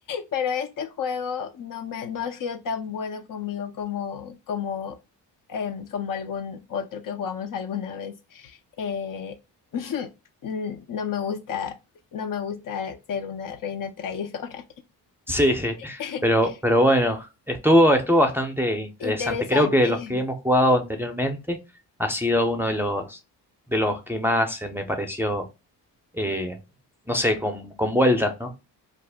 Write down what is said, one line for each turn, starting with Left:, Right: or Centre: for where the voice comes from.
Left: pero este juego no me, no ha sido tan bueno conmigo como, como, em, como algún otro que jugamos alguna vez. Eh, <laughs> mm, no me gusta, no me gusta ser una reina traidora.
Centre: Sí, sí,
Left: <laughs>
Centre: pero, pero bueno, estuvo, estuvo bastante interesante.
Left: Interesante.
Centre: Creo que los que hemos jugado anteriormente ha sido uno de los, de los que más eh, me pareció, eh, no sé, con, con vueltas, ¿no?